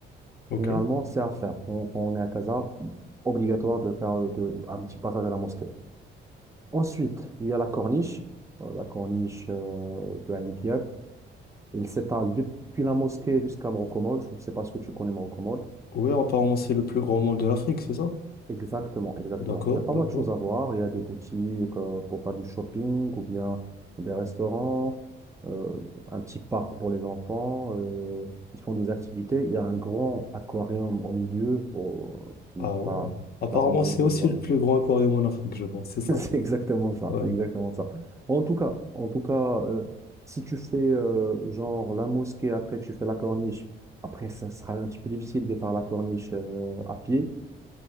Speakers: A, on the left (about 50°); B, on the right (about 15°).
A: Ok.
B: Généralement, c'est à faire. Quand, quand on est à Casa, obligatoire de faire euh, de- un petit passage à la mosquée. Ensuite, il y a la corniche, euh, la corniche euh, de Ain Diab. Elle s'étale depuis la mosquée jusqu'à Morcomol. Je ne sais pas ce que tu connais Morcomol.
A: Oui, apparemment, c'est le plus grand mall de l'Afrique, c'est ça?
B: Exactement, exactement.
A: D'accord,
B: Il y a pas
A: d'accord.
B: mal de choses à voir. Il y a des boutiques euh, pour faire du shopping ou bien des restaurants, euh, un petit parc pour les enfants. euh, ils font des activités. Il y a un grand aquarium au milieu pour euh,
A: Ah
B: si
A: ouais.
B: t'as si
A: Apparemment,
B: t'as envie
A: c'est
B: de
A: aussi
B: voir.
A: le plus grand aquarium en Afrique, je pense, c'est ça?
B: <laughs> C'est exactement ça.
A: Ouais.
B: C'est exactement ça. En tout cas, en tout cas, euh, si tu fais euh, genre la mosquée après tu fais la corniche. Après, ça sera un petit peu difficile de faire la corniche euh, à pied.